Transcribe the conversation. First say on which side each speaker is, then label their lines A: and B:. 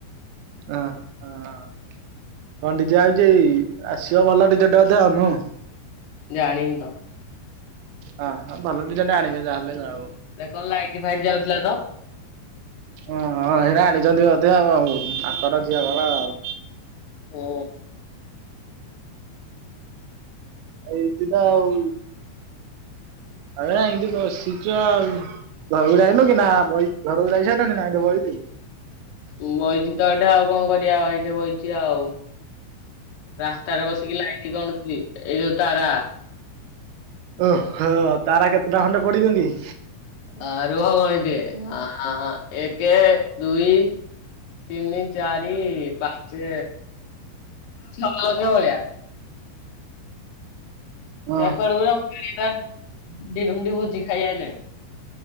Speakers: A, on the right; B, on the left.
A: ଓ ହଁ। ଅ ନିଜେ ଆଉଛି ଆସିବ ଭଲ ଟିକଟେ ବୋଧେ ହବ ଆଉ।
B: ଜାଣିନି ତ?
A: ହ ହଁ ଭଲ ଟିକେଟ ଆଣିବେ ଯାହେଲେ ଆଉ।
B: ଏ କଣ ଲାଇଟ ଫାଇଟ ଯାଉଥିଲା ତ।
A: ହଁ ହଁ ହେରା ଆଣିଛନ୍ତି ବୋଧେ ଆଉ ଆଙ୍କର ଝିଅ ଘର ଆଉ।
B: ହଁ।
A: <unintelligible> ତ ଆଉ।
B: <inaudible>
A: ଆଜ୍ଞା ଏନ୍ତି ବସିଛୁ ଆଉ। ଘରକୁ ଯାଇନୁ କି ନା ବଇ ଘରକୁ ଯାଇ ସାରିଲୁଣି ନା ଏଠି ବଇଛୁ?
B: ବଇଛି ତ ଏଠେ ଆଉ କଣ କରିବା ଆ ଏଇଠି ବଇଛି ଆଉ। ରାସ୍ତାରେ ବସିକି ଲାଇଟି ଗଣୁଚି ଏଇଯୋଉ ତାରା।
A: ଓହୋ ତାରା କେତେଟା ଖଣ୍ଡେ ପଡିଛନ୍ତି?
B: ଆ ରୁହ ଗଣିଦିଏ ଆଁ ଏକେ ଦୁଇ। ତିନି ଚାରି ପାଞ୍ଚ ଛଅ ଲକ୍ଷ ଭଳିଆ।
A: ହଁ
B: ହେରା କୁଆଡକୁ ଗୁରେ <unintelligible> ଭୋଜି ଖାଇ ଆଇଲେଣି।